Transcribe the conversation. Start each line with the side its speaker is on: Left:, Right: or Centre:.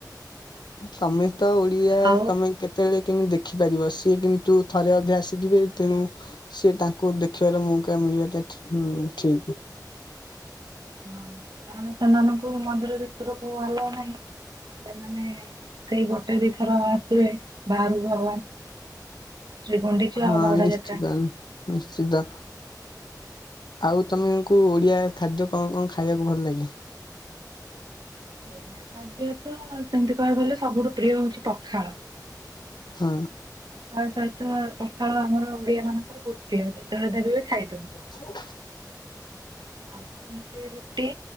Left: ତମେ ତ ଓଡିଆ
Right: ଆଉ
Left: ତମେ କେ ସେତେବେଳେ କେମିତି ଦେଖିପାରିବ ସିଏ କିନ୍ତୁ ଥରେ ଅଧେ ଆସିଥିବେ ତେଣୁ ସେ ତାଙ୍କୁ ଦେଖିବାର ମୌକା ମିଳିବା ଟା ଠି ହୁଁ ଠିକି।
Right: ହୁଁ କାରଣ ସେମାନଙ୍କୁ ମନ୍ଦିର ଭିତରକୁ ଆଲାଉ ନାହିଁ ସେମାନେ ସେଇ ଗୋଟେ ଦି ଥର ଆସିବେ ବାହାରକୁ ଭଗବାନ। ଶ୍ରୀ ଗୁଣ୍ଡିଚା
Left: ହଁ
Right: ଆଉ ବାହୁଡ଼ା
Left: ନିଶ୍ଚିତ।
Right: ଯାତ୍ରା।
Left: ନିଶ୍ଚିତ। ଆଉ ତମେକୁ ଓଡିଆ ଖାଦ୍ୟ କଣ କଣ ଖାଇବାକୁ ଭଲ ଲାଗେ?
Right: ଓଡିଆ ଖାଦ୍ୟ ତ ସେମିତି କହିବାକୁ ଗଲେ ସବୁଠୁ ପ୍ରିୟ ହଉଛି ପଖାଳ।
Left: ହଁ।
Right: ତା ସହିତ ପଖାଳ ଆମର ଓଡିଆ ମାନଙ୍କର ବହୁତ ପ୍ରିୟ ଯେତେବେଳେ ଦେବେ ବି ଖାଇଦବୁ।
Left: <unintelligible>
Right: ଆଉ ସେମିତି ରୁଟି